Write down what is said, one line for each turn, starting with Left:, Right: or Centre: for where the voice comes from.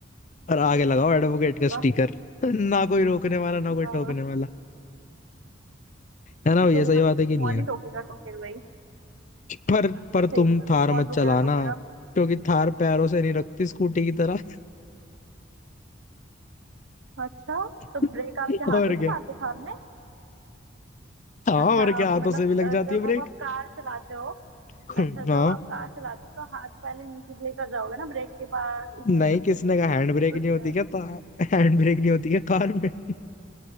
Left: और आगे लगाओ एडवोकेट का
Right: बस
Left: स्टिकर <laughs> ना कोई रोकने वाला ना कोई
Right: हाँ,
Left: टोकने वाला है ना ये
Right: तो
Left: सही
Right: आज
Left: बात
Right: तो
Left: है कि
Right: कौन
Left: नहीं है
Right: ही टोकेगा टोकेगा भाई
Left: पर
Right: सही बात
Left: पर
Right: है सही
Left: तुम
Right: बात
Left: थार
Right: है कौन
Left: मत
Right: टोकेगा
Left: चलाना
Right: टोकेगा
Left: क्योंकि थार पैरों से नहीं रखती स्कूटी की तरह
Right: अच्छा
Left: <laughs>
Right: तो ब्रेक आपके हाथों
Left: और
Right: से
Left: क्या
Right: मारते हो थार में
Left: हाँ
Right: अच्छा
Left: और क्या
Right: आप
Left: हाथों
Right: मतलब
Left: से भी लग
Right: अ,
Left: जाती
Right: जब
Left: है ब्रेक
Right: अब आप कार चलाते हो
Left: <laughs>
Right: अच्छा जब
Left: हाँ
Right: आप कार चलाते हो तो हाथ पहले नीचे लेकर जाओगे ना ब्रेक के पास उसके
Left: नहीं
Right: सब
Left: किसने
Right: कुछ
Left: कहा हैंड ब्रेक नहीं
Right: उसमें
Left: होती क्या था हैंड ब्रेक नहीं होती क्या कार में <laughs>